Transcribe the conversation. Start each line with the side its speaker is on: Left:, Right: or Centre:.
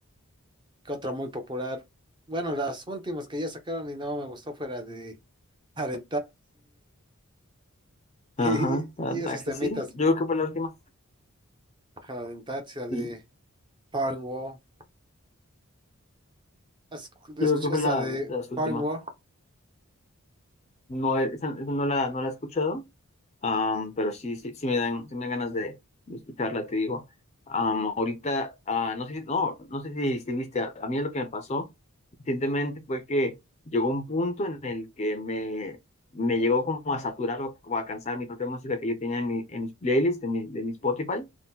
Right: ¿Qué otra muy popular? Bueno, las últimas que ya sacaron y no me gustó fue la de... La de <laughs> y,
Left: Ajá, la
Right: y
Left: taxi,
Right: esos temitas
Left: sí. Yo creo que fue la última.
Right: Cadenazzi, la de
Left: Sí,
Right: Farnwall. ¿Has- ¿Escuché
Left: yo creo que fue
Right: esa
Left: la,
Right: de
Left: de las últimas.
Right: Farnwall?
Left: No, esa, esa no la, no la he escuchado, am, pero sí, sí, sí me dan, sí me dan ganas de, de escucharla, te digo. Am, ahorita, ah, no sé si, no, no sé si, si viste, a, a mí lo que me pasó recientemente fue que llegó un punto en el que me, me llegó como a saturar o, o a cansar mi propia música que yo tenía en, mi, en mis playlists, en mi, de mi Spotify.